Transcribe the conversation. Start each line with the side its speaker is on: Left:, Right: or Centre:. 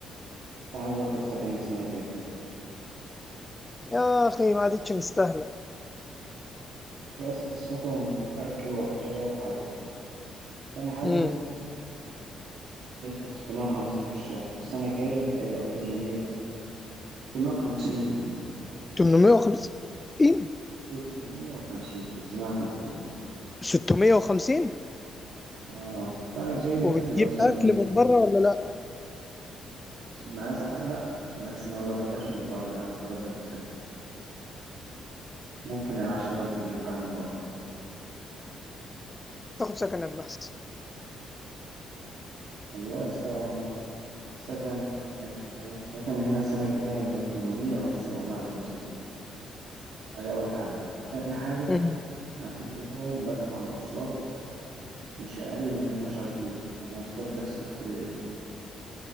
Right: كنت عايز آخد سكن السنة الجاية
Left: يا اخي ما عادتش مستاهله
Right: يا اسطى السكن أكل وحش أدي أول حاجة تاني حاجة
Left: امم
Right: هتدفع 650 في الشهر السنة الجاية هيبقى 800 ولا 650
Left: كم 850
Right: 650 650
Left: 650
Right: اه السنة الجاية
Left: وبتجيب
Right: هتبقى 800
Left: اكل من بره ولا لا
Right: مع ساعات بقى بس ما بتغداش من بره أنا بتغدى في السكن ممكن العشاء بس نجيب حاجة من بره
Left: تاخد سكن يا ابن احسن
Right: والله يا اسطى السكن هت- يعني السكن هنا السنة الجاية هيبقى بتمنمية أو بسبعمية وخمسين أدي أول حاجة تاني حاجة
Left: امم
Right: أنا كل يوم بدفع مواصلات مش أقل من اتناشر جنيه مواصلات بس للكلية